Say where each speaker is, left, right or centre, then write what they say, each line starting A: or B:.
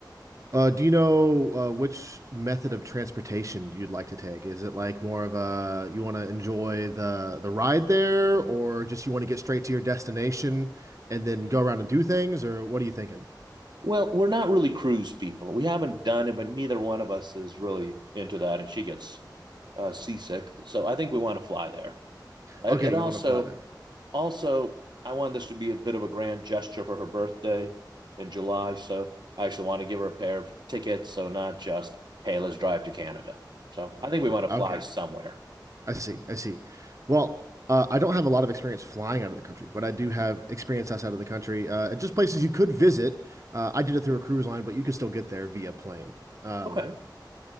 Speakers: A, on the right (about 45°); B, on the right (about 70°).
A: uh, do you know uh, which method of transportation you'd like to take? Is it like more of a you want to enjoy the the ride there, or just you want to get straight to your destination and then go around and do things, or what are you thinking?
B: Well, we're not really cruise people. We haven't done it, but neither one of us is really into that, and she gets uh, seasick. So I think we want to fly there. It,
A: Okay,
B: it also
A: you want to fly there.
B: Also, I wanted this to be a bit of a grand gesture for her birthday in July. So I actually want to give her a pair of tickets. So not just, hey, let's drive to Canada. So I think we want to
A: Okay.
B: fly somewhere.
A: I see. I see. Well, uh, I don't have a lot of experience flying out of the country, but I do have experience outside of the country. Uh, and just places you could visit. Uh, I did it through a cruise line, but you could still get there via plane. Um,
B: Okay.